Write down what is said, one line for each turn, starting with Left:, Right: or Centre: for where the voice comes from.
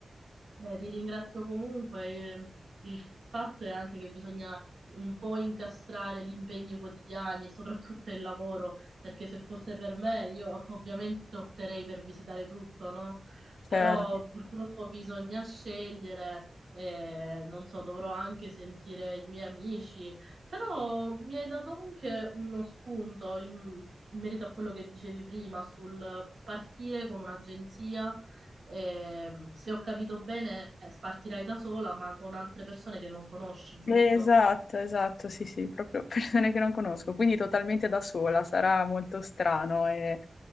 Right: Beh, ti ringrazio comunque. eh, Il fatto è anche che bisogna un po' incastrare gli impegni quotidiani e soprattutto il lavoro, perché se fosse per me io <laughs> ovviamente opterei per visitare tutto, no?
Left: Certo.
Right: Però purtroppo bisogna scegliere, eh, non so, dovrò anche sentire i miei amici, però mi hai dato anche uno spunto in in merito a quello che dicevi prima sul partire con un'agenzia Ehm, se ho capito bene, partirai da sola, ma con altre persone che non conosci, giusto?
Left: Esatto, esatto, sì, sì, proprio <laughs> persone che non conosco, quindi totalmente da sola, sarà molto strano. E...